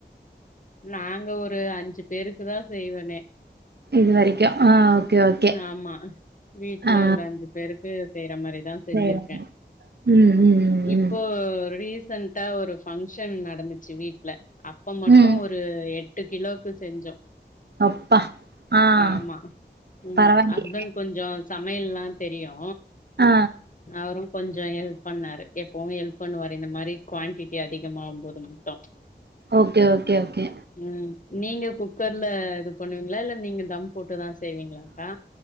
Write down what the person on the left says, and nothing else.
நாங்க ஒரு அஞ்சு பேருக்கு தா செய்வேனே
ஆமா வீட்ல
ஒரு அஞ்சு பேருக்கு செய்யற மாரிதா செஞ்சிருக்கே
இப்போ
ரீசன் ட்டா ஒரு பங்க்ஷன் நடந்துச்சு வீட்ல அப்போ மட்டு
ஒரு எட்டு கிலோவுக்கு செஞ்சோ
ஆமா ம்
ஹஸ்பண்ட் கொஞ்சோ சமையல்லா தெரியு
அவரு கொஞ்சே ஹெல்ப் பண்ணாரு எப்போவு ஹெல்ப் பண்ணுவரு இந்த மாரி குவான்டிட்டி அதிகமாவும்போது மட்டு
ம் நீங்க குக்கர்ல இது பண்ணுவீங்களா இல்ல நீங்க தம் போட்டு தா செய்வீங்களாக்கா